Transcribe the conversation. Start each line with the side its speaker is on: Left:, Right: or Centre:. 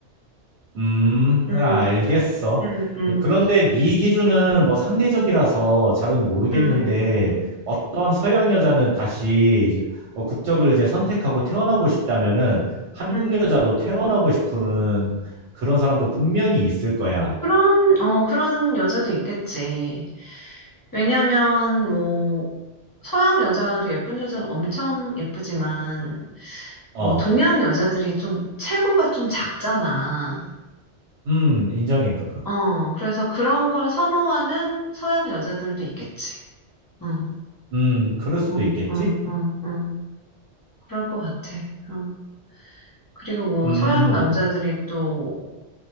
Right: 음,
Left: 음,
Right: 아, 알겠어.
Left: 음, 음.
Right: 그런데 네 기준은 뭐 상대적이라서 잘은 모르겠는데
Left: 음, 음.
Right: 어떤 서양 여자는 다시 이제 어, 국적을 이제 선택하고 태어나고 싶다면은 한국
Left: 음.
Right: 여자로 태어나고 싶은 그런 사람도 분명히 있을 거야.
Left: 그런, 어, 그런 여자도 있겠지. 왜냐면, 뭐, 서양 여자도 예쁜 여자는 엄청 예쁘지만,
Right: 어,
Left: 뭐, 동양 여자들이 좀, 체구가 좀 작잖아.
Right: 음, 인정해, 그건.
Left: 어, 그래서 그런 걸 선호하는 서양 여자들도 있겠지. 응,
Right: 음, 그럴 수도
Left: 응,
Right: 있겠지?
Left: 응, 응, 응. 그럴 것 같아. 응. 그리고 뭐,
Right: 음,
Left: 서양 남자들이 또,